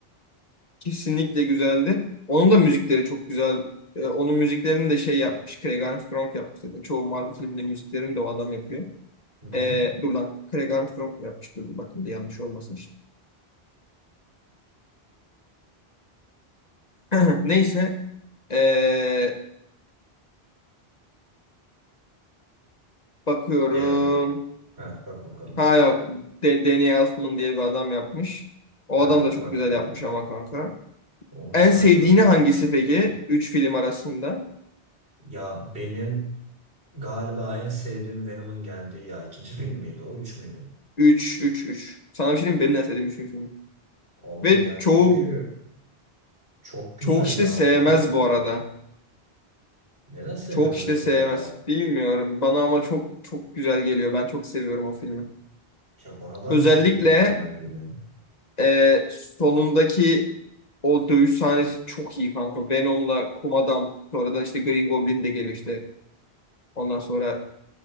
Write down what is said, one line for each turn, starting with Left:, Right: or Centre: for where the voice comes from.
Left: Kesinlikle güzeldi. Onun da müzikleri çok güzel. Ee, onun müziklerini de şey yapmış. Craig Armstrong yapmış zaten. Çoğu Marvel filminde müziklerini de o adam yapıyor.
Right: Hı hı.
Left: Ee, dur lan. Craig Armstrong mu yapmış? Dur bakayım da yanlış olmasın şimdi. <clears throat> Neyse. Ee, bakıyorum.
Right: Yani ha, bak bakalım.
Left: Ha yok. De Danny Elfman diye bir adam yapmış. O
Right: Ha,
Left: adam da çok
Right: farklı
Left: güzel
Right: biri.
Left: yapmış ama kanka.
Right: Onun
Left: En
Right: şarkıları
Left: sevdiğini
Right: da
Left: hangisi
Right: çok güzeldi.
Left: peki?
Right: yani.
Left: üç film arasında.
Right: Ya benim galiba en sevdiğim Venom'un geldiği ya ikinci film miydi o? Üç müydü?
Left: Üç, üç, üç. Sana bir şey diyeyim mi? Benim de en sevdiğim 3 film.
Right: Abi
Left: Ve
Right: ya
Left: çoğu
Right: çünkü çok güzeldi
Left: çoğu kişi de
Right: anladın
Left: sevmez
Right: mı?
Left: bu arada.
Right: Neden sevmiyorlar
Left: Çoğu kişi
Right: acaba
Left: de sevmez.
Right: ya?
Left: Bilmiyorum. Bana ama çok çok güzel geliyor. Ben çok seviyorum o filmi.
Right: Ya bana da aynı
Left: Özellikle
Right: şekilde mükemmel geliyor.
Left: e, sonundaki o dövüş sahnesi çok iyi kanka. Venom'la Kum Adam. Sonradan işte Green Goblin de geliyor işte. Ondan sonra